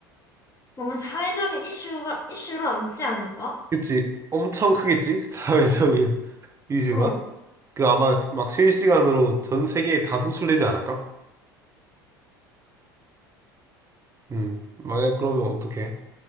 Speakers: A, on the left; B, on the right.
A: 뭔가 사회적인 이슈가, 이슈로 남지 않을까?
B: 그치? 엄청 크겠지? <laughs> 사회적인 이슈가
A: 어,
B: 그 아마 막 실시간으로 전 세계에 다 송출되지 않을까? 음 만약 그러면 어떡해?